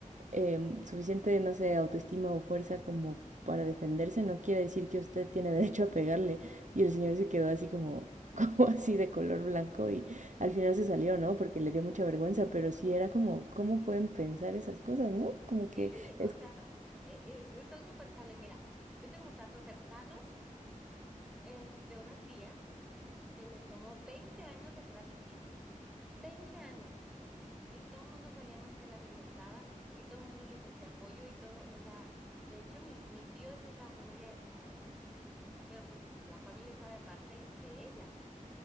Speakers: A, on the right; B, in the centre.
A: em, suficiente, no sé, autoestima o fuerza como para defenderse, no quiere decir que usted tiene <laughs> derecho a pegarle. Y el señor se quedó así como, <laughs> como así de color blanco y al final se salió, ¿no? Porque le dio mucha vergüenza, pero sí era como, ¿cómo pueden pensar esas cosas, ¿no? Como
B: Sí,
A: que es...
B: o sea, e- es, es algo impensable. Mira, yo tengo un caso cercano eh, de una tía que le tomó 20 años dejar a mi tío. 20 años. Y todo el mundo sabíamos que la violentaba y todo el mundo le ofrecía apoyo y todo. O sea, de hecho, mi, mi tío es de la familia de sangre, pero pues la familia está de parte de ella.